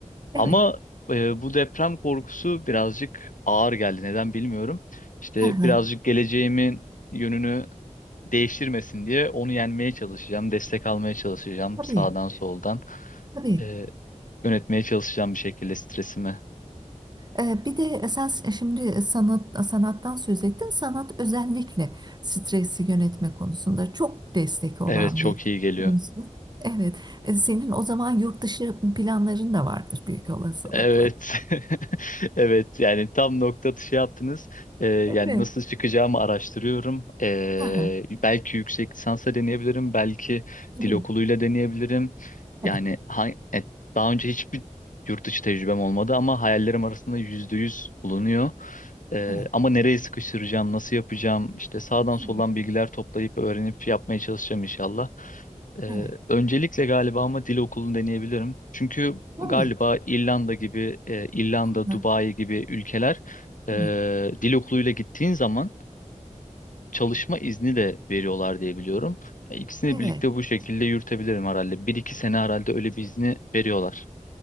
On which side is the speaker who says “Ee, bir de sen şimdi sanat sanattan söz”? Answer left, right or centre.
Right